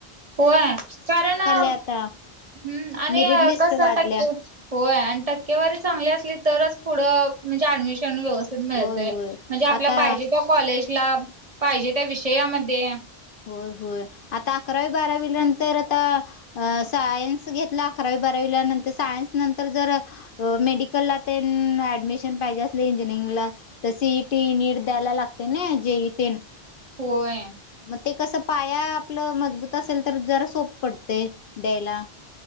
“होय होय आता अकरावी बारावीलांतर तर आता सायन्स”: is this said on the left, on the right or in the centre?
Left